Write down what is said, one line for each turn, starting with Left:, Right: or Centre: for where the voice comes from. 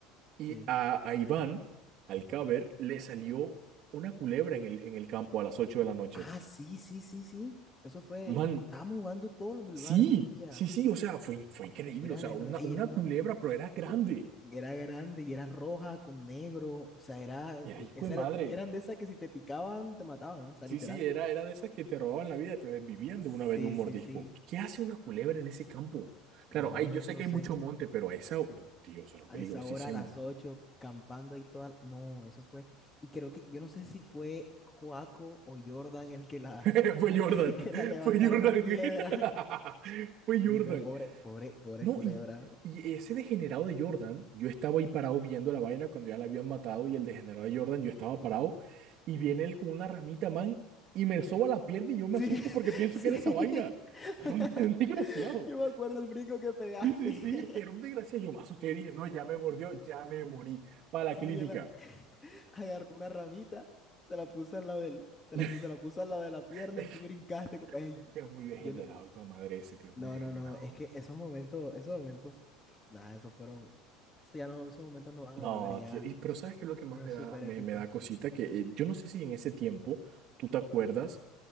Left: sí.
Right: y a, a Iván, al caber, le salió una culebra en el, en el campo a las 8 de la noche.
Left: Ah, sí, sí, sí, sí. Eso fue,
Right: Man,
Left: estábamos jugando todos los del
Right: sí,
Left: barrio ese día.
Right: sí, sí, o sea, fue, in- fue increíble,
Left: Era
Right: o sea,
Left: de
Right: una,
Left: no, ey,
Right: una
Left: era una,
Right: culebra, pero era grande.
Left: era grande y era roja con negro, o sea, era,
Right: Era
Left: yo-
Right: hijo
Left: esa
Right: de madre.
Left: era- eran de esas que si te picaban te mataban, o sea,
Right: Sí,
Left: literal.
Right: sí, era, era de esas que te robaban la vida, te desvivían
Left: Sí,
Right: de una vez de un mordisco.
Left: sí, sí.
Right: ¿Qué hace una culebra en ese campo?
Left: No,
Right: Claro, ay, yo sé
Left: no
Right: que hay
Left: sé.
Right: mucho monte, pero a esa... No, tío, eso era
Left: a
Right: peligrosísimo.
Left: esa hora, a las 8 campando ahí toda. No, eso fue. Y creo que yo no sé si fue Joaco o Jordan el que la,
Right: <laughs> Fue Jordan,
Left: <laughs> el que la levantaron
Right: fue Jordan.
Left: a piedra.
Right: <laughs> Fue
Left: Uy,
Right: Jordan.
Left: no, pobre, pobre, pobre
Right: No,
Left: culebra.
Right: y, y ese degenerado de Jordan, yo estaba ahí parado viendo la vaina cuando ya la habían matado y el degenerado de Jordan, yo estaba parado y viene él con una ramita, man, y me soba la pierna y yo me
Left: Sí,
Right: asusto porque pienso
Left: <laughs>
Right: que era
Left: sí.
Right: esa vaina.
Left: <laughs>
Right: <laughs> Qué un desgraciado.
Left: Yo me acuerdo el brinco que pegaste.
Right: Sí, sí, sí,
Left: <laughs>
Right: es que era un desgraciado. Yo me asusté y dije, no, ya me mordió, ya me morí. Para la
Left: Sí,
Right: clínica.
Left: él a- <laughs> agarró una ramita, se la puso al lado del, se
Right: <laughs>
Left: la puso, se la puso al lado de la pierna
Right: Es
Left: y tú brincaste. como- Ey,
Right: que es muy degenerado,
Left: yo no-
Right: hijo de madre, ese tío es
Left: No,
Right: muy degenerado.
Left: no, no, es que esos momentos, esos momentos, nada, esos fueron, eso ya no, esos momentos no van
Right: No,
Left: a volver ya,
Right: tío, y, pero ¿sabes qué es lo que más
Left: eran
Right: me
Left: súper
Right: da, me,
Left: épicos.
Right: me da cosita? Que eh, yo no sé si en ese tiempo tú te acuerdas